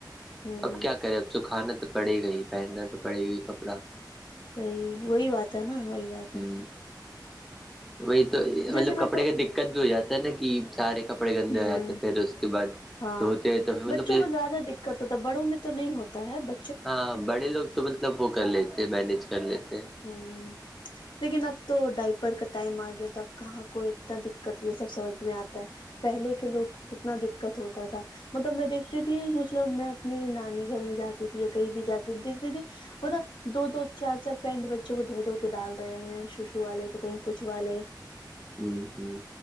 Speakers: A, on the left (about 90°); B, in the centre.
A: ہوں
B: اب کیا کرے اب سکھانا تو پڑے گا پہننا تو پڑے گی کپڑا
A: صحی وہی بات ہے نا وہی بات
B: ہوں
A: ہے
B: وہی تو
A: جیسے
B: مطلب
A: میں
B: کپڑے
A: تو
B: کا دقت بھی ہو جاتا ہے نا کہ سارے کپڑے گندے ہو
A: ہوں
B: جاتے ہیں پھر اس کے بعد
A: ہاں
B: دھوتے ہیں تو پھر
A: بچوں
B: مطلب
A: کو زیادہ بڑوں میں تو نہیں ہوتا ہے ب
B: ہاں بڑے لوگ تو مطلب وہ کر لیتے مینج کر لیتے
A: ہ <inaudible> لیکن اب تو ڈائپر کا ٹائم آ گیا تھا اب کہاں کوئی اتنا دقت یہ سب سمجھ میں آتا ہے پہلے کے لوگ کو کتنا دقت ہوتا تھا مطلب میں دیکھتی تھی مطلب میں اپنے نانی گھر میں جاتی تھی یا کہیں بھی جاتی تھی دیکھتی تھی ہول دو دو چار چار پینٹ بچوں کو دھو دھو کے ڈال رہے ہیں شوشو والے تو کہیں کچھ والے
B: ہوں ہوں